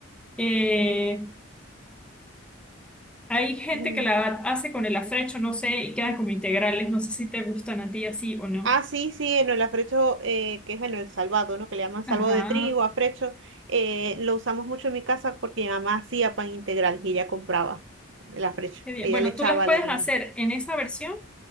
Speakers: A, in the centre; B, on the right (about 65°).
A: eh, hay gente
B: Mm.
A: que la hace con el afrecho, no sé, y quedan como integrales. No sé si te gustan a ti así o no.
B: Ah, sí, sí, en el afrecho, eh, que es bueno, el salvado, ¿no? Que le llaman salvado
A: Ajá,
B: de trigo, afrecho. eh, lo usamos mucho en mi casa porque mi mamá hacía pan integral y ella compraba el afrecho.
A: qué bien.
B: Ella
A: Bueno,
B: le echaba
A: tú las puedes
B: la harina.
A: hacer en esa versión